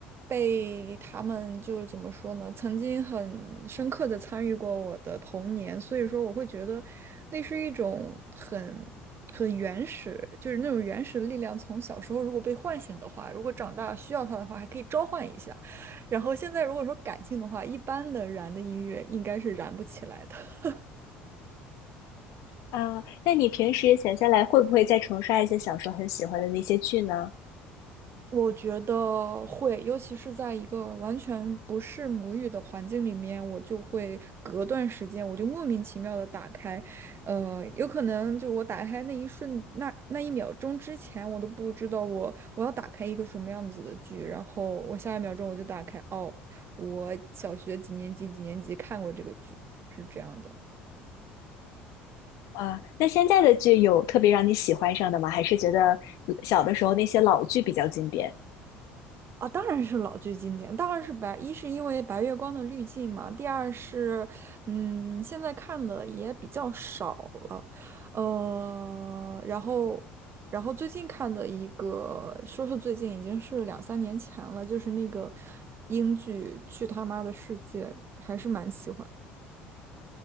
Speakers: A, on the right (about 45°); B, on the left (about 65°).
A: 被他们就是怎么说呢，曾经很深刻的参与过我的童年，所以说我会觉得那是一种很很原始，就是那种原始的力量。从小时候如果被唤醒的话，如果长大需要它的话，还可以召唤一下。然后现在如果说感性的话，一般的燃的音乐应该是燃不起来的。<laughs>
B: 啊，那你平时闲下来会不会再重刷一些小时候很喜欢的那些剧呢？
A: 我觉得会，尤其是在一个完全不是母语的环境里面，我就会隔段时间，我就莫名其妙的打开，呃，有可能就我打开那一瞬，那那一秒钟之前，我都不知道我我要打开一个什么样子的剧，然后我下一秒钟我就打开，哦，我小学几年级几年级看过这个剧，是这样的。
B: 啊，那现在的剧有特别让你喜欢上的吗？还是觉得呃小的时候那些老剧比较经典？
A: 啊，当然是老剧经典，当然是白，一是因为白月光的滤镜嘛，第二是，嗯，现在看的也比较少了，呃，然后，然后最近看的一个，说是最近已经是两三年前了，就是那个英剧《去他妈的世界》，还是蛮喜欢。